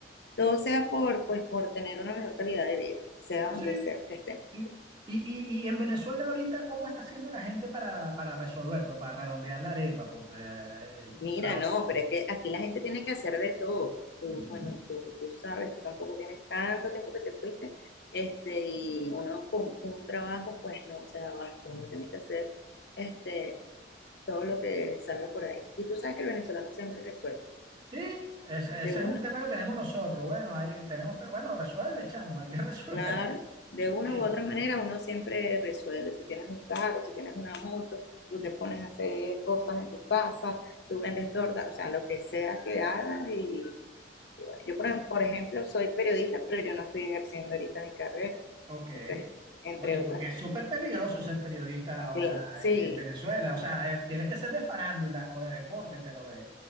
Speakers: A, on the left (about 70°); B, on the right (about 25°).
A: todo sea por, pues, por tener una mejor calidad de vida, sea donde
B: sí,
A: sea que estemos.
B: Sí. Y, y, y en Venezuela ahorita, ¿cómo está haciendo la gente para, para resolver, pues, para redondear la arepa? Porque eh,
A: Mira,
B: traba-
A: no, pero es que aquí la gente tiene que hacer de todo. Tú,
B: Ujú.
A: bueno, tú, tú sabes, tú tampoco tienes tanto tiempo que te fuiste. Este, y uno con un trabajo, pues no se da abasto. Uno tiene que hacer este, todo lo que salga por ahí. Y tú sabes que el venezolano siempre resuelve.
B: Sí, es- ese
A: De una,
B: es un tema que tenemos nosotros. Bueno, ahí tenemos, pe- bueno, resuelve, chamo, hay que <laughs> resolver.
A: claro, de una
B: Sí.
A: u otra manera uno siempre resuelve. Si tienes un carro, si tienes una moto, tú te pones a hacer cosas en tu casa, tú vendes torta, o sea, lo que sea que hagas y Y bueno, yo, por,
B: Y-
A: por ejemplo, soy periodista, pero yo no estoy ejerciendo ahorita mi carrera.
B: Ok.
A: Entonces, entre
B: Oye, porque
A: otras.
B: es súper peligroso ser periodista ahora
A: Sí, sí.
B: en, en Venezuela. O sea, eh, tienes que ser de farándula o de deporte, pero de,